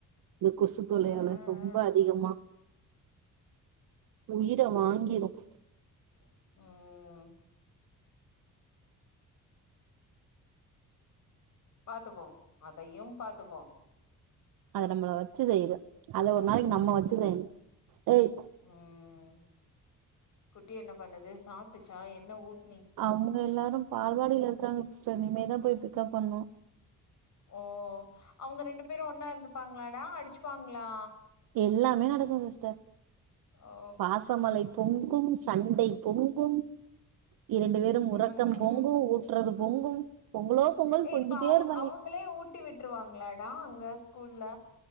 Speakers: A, on the right; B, on the left.
A: இந்த கொசு தொல்லையால
B: ம் ம்
A: ரொம்ப அதிகமா உயிர வாங்கிரும்
B: ம் ம் பாத்துப்போ அதையு பாத்துப்போ
A: அத நம்மள வச்சு செய்யுது அது ஒரு நாளைக்கி நம்ம வச்சு செய்யணும் ஏய்
B: ம் குட்டி என்ன பண்ணுது சாப்ட்டுச்சா என்ன ஊட்
A: அவுங்க எல்லாரும் பால்வாடியில இருக்காங்க சிஸ்டர் இனிமேதா போய் பிக்கப் பண்ணனு
B: ஓ அவுங்க ரெண்டு பேரும் ஒன்னா இருந்துப்பாங்களாடா அடிச்சுப்பாங்களா
A: எல்லாமே நடக்கும் சிஸ்டர்
B: ஓ
A: பாசமலைப்பும் ங்கும் சண்டை பொங்கும் இரண்டு வேரும்
B: ம்
A: உறக்கம் பொங்கு
B: ம்
A: ஊற்றறது பொங்கும் பொங்கலோ பொங்கல்
B: ஏ
A: பொங்கிட்டே
B: இப்ப அவுங்
A: இருப்பாங்க
B: அவூங்களே ஊட்டி விட்டுருவாங்களாடா அங்க ஸ்கூல்ல